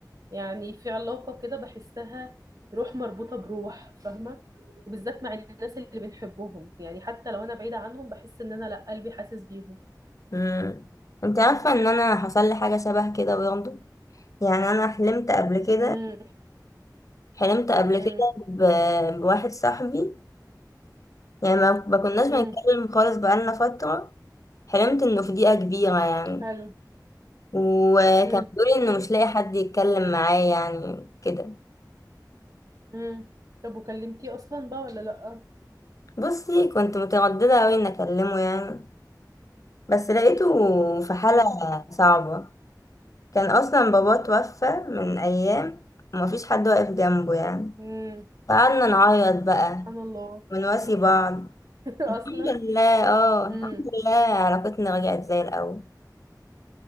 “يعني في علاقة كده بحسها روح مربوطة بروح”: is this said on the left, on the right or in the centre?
Right